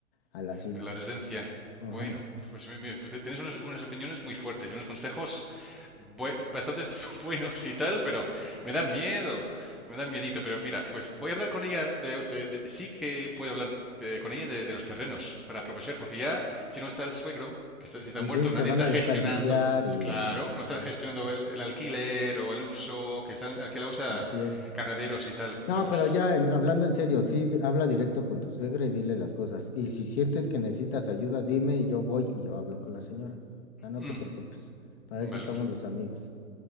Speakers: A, on the left; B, in the centre.
A: al asilo.
B: A la residencia.
A: Ajá.
B: Bueno, pues mi- mi- pues, tienes unas, unas opiniones muy fuertes y unos consejos bue- bastante <laughs> buenos y tal, pero me dan miedo, me dan miedito. Pero mira, pues voy a hablar con ella de, de- de- sí que puedo hablar de- con ella de, de los terrenos para aprovechar, porque ya si no está el suegro, que está- si está
A: Pues
B: muerto,
A: sí, se
B: nadie
A: van
B: está
A: a
B: gestionando,
A: desperdiciar
B: es
A: y
B: claro, no están
A: sí,
B: gestionando el, el alquiler o el uso, que están alquilados a
A: así es.
B: ganaderos y tal,
A: No,
B: los...
A: pero ya en- hablando en serio, sí, di- habla directo con tu suegra y dile las cosas. Y si sientes que necesitas ayuda, dime y yo voy y yo hablo con la señora. Ah, no
B: Mm,
A: te preocupes, para
B: vale,
A: eso estamos
B: pues
A: los amigos.